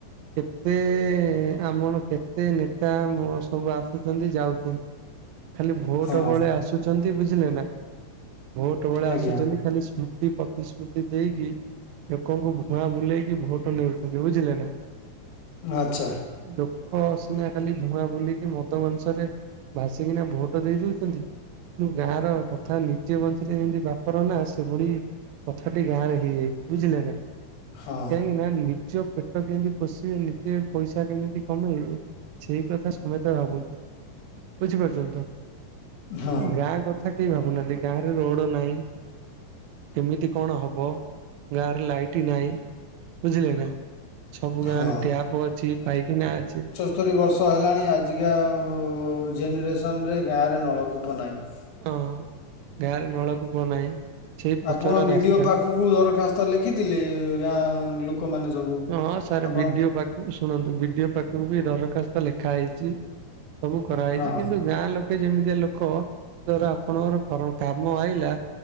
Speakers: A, on the right; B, on the left.
A: କେତେ ଆମର କେତେ ନେତା ମ ସବୁ ଆସୁଛନ୍ତି ଯାଉ <inaudible> ଖାଲି ଭୋଟ
B: ହଁ
A: ବେଳେ ଆସୁଛନ୍ତି ବୁଝିଲେ ନା - ଭୋଟ ବେଳେ
B: ଆଜ୍ଞା
A: ଆସୁଛନ୍ତି ଖାଲି ସ୍ମୃତି ପ୍ରତିଶମୃତି ଦେଇକି ଲୋକଙ୍କୁ ଭୁଆଁ ବୁଲେଇକି ଭୋଟ ନେଉଛନ୍ତି ବୁଝିଲେ ନା।
B: ଆଚ୍ଛା।
A: ଲୋକ ସିିନା ଖାଲି ଧୂଆଁ ବୁଲିକି ମଦ ମାଂସରେ ଭାସିକିନା ଭୋଟ ଦେଇ ଦଉଚନ୍ତି କିନ୍ତୁ ଗାଁ ର କଥା ନିଜେ ବଞ୍ଚିଲେ ଯେମତି ବାପର ନା ସେଭଳି କଥାଟି ଗାଁରେ ହେଇଯାଇଚି। ବୁଝିଲେ ନା
B: ହଁ
A: କାହିଁକି ନା ନିଜ ପେଟ କେମିତି ପୋଷିବେ ନିଜେ - ନିଜେ ପଇସା କେମିତି କମେଇବେ - ସେଇ କଥା ସମେତ ଭାବୁଚୁ ବୁଝି ପାରୁଛନ୍ତି
B: ହଁ
A: ତ ଗାଁ କଥା କେଇ ଭାବୁ ନାହାନ୍ତି ଗାଁରେ ରୋଡ ନାହିଁ କେମିତି କଣ ହବ - ଗାଁରେ ଲାଇଟ ନାଇଁ ବୁଝିଲେ ନା - ସବୁ ଗାଁରେ
B: ହଁ।
A: ଟ୍ୟାପ ଅଛି ପାଇଖେନା ଅଛି -
B: ସତରୀ ବର୍ଷ ହେଲାଣି ଆଜିକା ଆଉ ଜେନେରେସନରେ ଗାଁ ରେ ନଳକୂପ ନାଇଁ -
A: ଅଁ ଗାଁରେ ନଳକୂପ ନାହିଁ, ସେଇ ପଚରା
B: ଆପଣ
A: ରାସ୍ତା -
B: <unintelligible> ଦରଖାସ୍ତ ଲେଖିଥିଲି ଗାଁ ଲୋ - ଲୋକମାନେ ସବୁ
A: ହଁ ସାର୍
B: ଆପଣ
A: ବିଡିଓ ପାକ୍ - ଶୁଣନ୍ତୁ ବିଡିଓ ପାଖୁକୁ ବି ଦରଖାସ୍ତ ଲେଖା ହେଇଚି ସବୁ କରା ହେଇଚି
B: ହଁ।
A: କିନ୍ତୁ ଗାଁ ଲୋକ ସେ ଯେମିତିଆ ଲୋକ ଧର ଆପଣଙ୍କର କର କାମ ଆଇଲା